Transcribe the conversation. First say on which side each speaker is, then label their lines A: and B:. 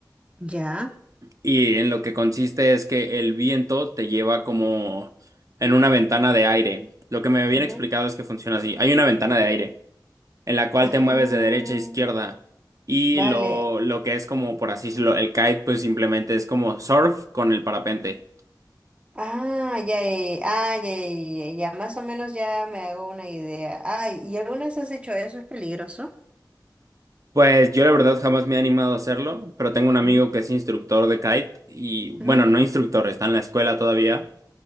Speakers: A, on the right; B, on the right.
A: ya.
B: Y en lo que consiste es que el viento te lleva como en una ventana de aire. Lo que me habían
A: Ujú.
B: explicado es que funciona así. Hay una ventana de aire en la cual
A: Ah,
B: te mueves de derecha a izquierda. Y
A: vale.
B: lo, lo que es como, por así decirlo, el kite, pues simplemente es como surf con el parapente.
A: Ah, ya, ya, ya, ah, ya, ya, ya, ya, más o menos ya me hago una idea. Ay, ¿y alguna vez has hecho eso? ¿Es peligroso?
B: Pues yo la verdad jamás me he animado a hacerlo, pero tengo un amigo
A: Ujú,
B: que es instructor de kite y bueno,
A: ujú,
B: no instructor, está en la escuela todavía,